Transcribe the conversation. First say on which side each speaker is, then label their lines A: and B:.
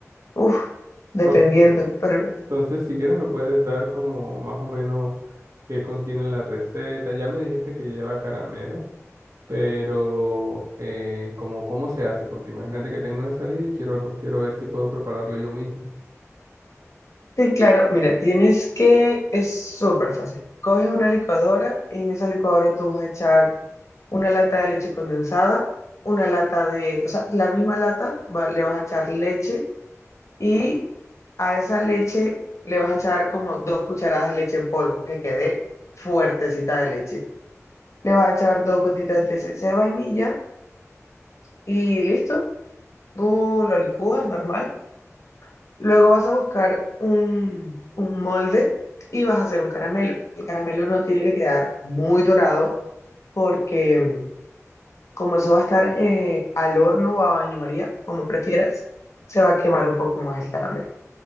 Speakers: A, on the left; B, on the right.
A: Uf, dependiendo,
B: Ok.
A: pero
B: Entonces, si quieres, me puedes dar como más o menos qué contiene la receta. Ya me dijiste que lleva caramelo, pero eh, como cómo se hace, porque imagínate que tengo una salida y quiero, quiero ver si puedo prepararlo yo mismo.
A: Sí, claro, mira, tienes que, es súper fácil. Coges una licuadora y en esa licuadora tú vas a echar una lata de leche condensada, una lata de, o sea, la misma lata, va- le vas a echar leche y a esa leche le vas a echar como dos cucharadas de leche en polvo, que quede fuertecita de leche. Le vas a echar dos gotitas de esencia de vainilla y listo. Tú lo licúas normal. Luego vas a buscar un, un molde y vas a hacer un caramelo. El caramelo no tiene que quedar muy dorado porque mm, como eso va a estar eh, al horno o a baño María, como prefieras, se va a quemar un poco más el caramelo.